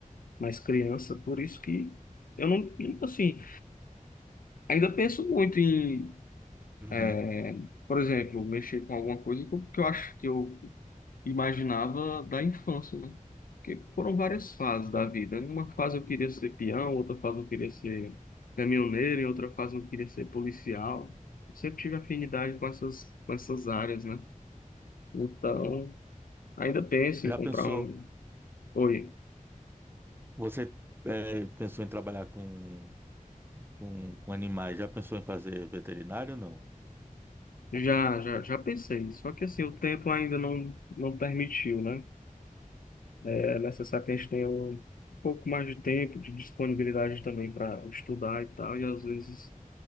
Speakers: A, on the left (about 80°); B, on the right (about 15°).
A: mais criança. Por isso que eu não, nunca, assim, ainda penso muito em,
B: uhum.
A: eh, por exemplo, mexer com alguma coisa que eu que eu acho que eu imaginava da infância, né? Porque foram várias fases da vida. Em uma fase eu queria ser peão, outra fase eu queria ser caminhoneiro, em outra fase eu queria ser policial. Eu sempre tive afinidade com essas, com essas áreas, né? Então, ainda penso
B: Já
A: em comprar
B: pensou,
A: um. Oi,
B: você é, pensou em trabalhar com, com, com animais, já pensou em fazer veterinário ou não?
A: já, já, já pensei. Só que assim, o tempo ainda não, não permitiu, né? É necessário que a gente tenha um pouco mais de tempo, de disponibilidade também para estudar e tal, e às vezes